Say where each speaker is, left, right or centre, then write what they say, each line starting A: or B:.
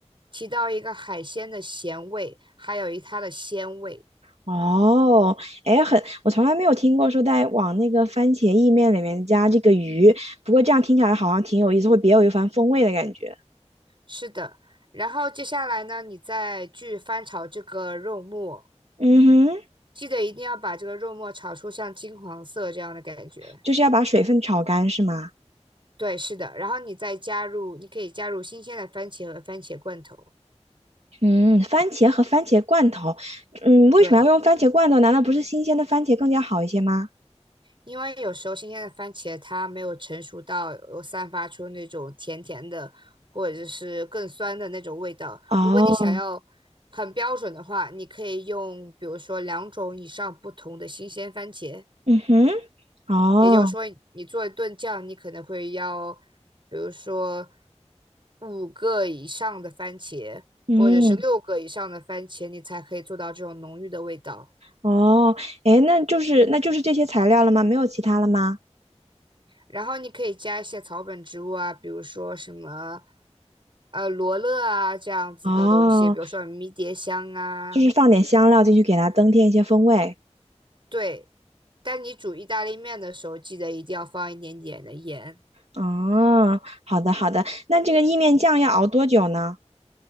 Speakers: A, on the right (about 45°); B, on the right (about 65°).
A: 提到一个海鲜的咸味，还有一它的鲜味，
B: 哦，哎，很，我从来没有听过说在往那个番茄意面里面加这个鱼，不过这样听起来好像挺有意思，会别有一番风味的感觉。
A: 是的。然后接下来呢，你再去翻炒这个肉末，
B: 嗯哼，
A: 记得一定要把这个肉末炒出像金黄色这样的感觉。
B: 就是要把水分炒干是吗？
A: 对，是的。然后你再加入，你可以加入新鲜的番茄和番茄罐头。
B: 嗯，番茄和番茄罐头，嗯，为什么要用番茄罐头？
A: 对。
B: 难道不是新鲜的番茄更加好一些吗？
A: 因为有时候新鲜的番茄它没有成熟到有散发出那种甜甜的，或者是更酸的那种味道。
B: 哦，
A: 如果你想要很标准的话，你可以用比如说两种以上不同的新鲜番茄。
B: 嗯哼，哦，
A: 也就是说，你做一顿酱，你可能会要，比如说五个以上的番茄，
B: 嗯，
A: 或者是六个以上的番茄，你才可以做到这种浓郁的味道。
B: 哦，哎，那就是那就是这些材料了吗？没有其他了吗？
A: 然后你可以加一些草本植物啊，比如说什么呃罗勒啊这样子的东西，
B: 哦，
A: 比如说迷迭香啊。
B: 就是放点香料进去给它增添一些风味。
A: 对，但你煮意大利面的时候，记得一定要放一点点的盐。
B: 哦，好的好的，那这个意面酱要熬多久呢？